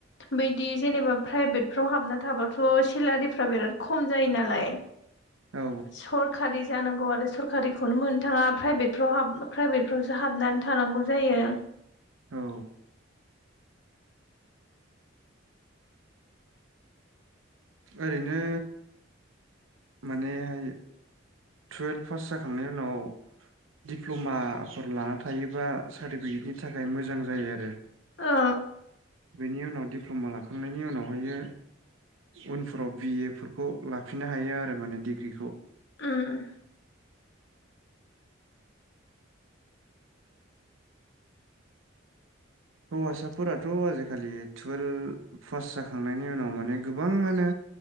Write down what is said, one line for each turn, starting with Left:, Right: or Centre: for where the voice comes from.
Left: बिदि जेनेबा प्राइभेट फ्राव हाबना थाबाथ' सेलारि फ्रा बेराद खम जायो नालाय
Right: औ
Left: सरखारिफोर जानांगौ आरो। खौनो मोननो थाङा प्राइभेटफ्राव प्राइभेटफ्रावसो हाबनानै थानांगौ जायो।
Right: औ
Left: <unintelligible>
Right: ओरैनो मानेहाय टुयेल्भ पास जाखांनायनि उनाव दिप्ल'माफोर लाना थायोबा सार्टिफिकेटनि थाखाय मोजां जायो आरो।
Left: औ
Right: बेनि उनाव दिप्ल'मा लाखांनायनि उनावहायो उनफोराव बिए फोरफोरखौ लाफिननो हायो आरो माने डिग्रिखौ
Left: ओम
Right: हौवासाफोराथ' आजिखालि टुवेल्भ पास जाखांनायनि उनाव माने गोबाङानो